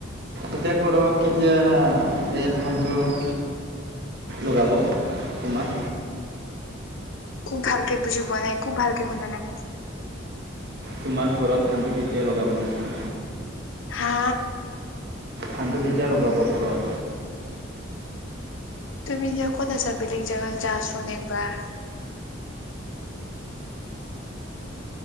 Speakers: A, on the right; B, on the left.
A: এতিয়া ঘৰত কেতিয়া এই ধানটো- লগাব তোমাক।
B: একো ভালকে বুজি পোৱা নাই একো ভালকে শুনা নাই
A: তোমাৰ ঘৰত ধান কেতিয়া লগাব গেছে,
B: হা
A: কামটো কেতিয়া লগাব ঘৰত?
B: তুমি এতিয়া ক'ত আছা, বেলেগ জেগাত যাচোন একবাৰ।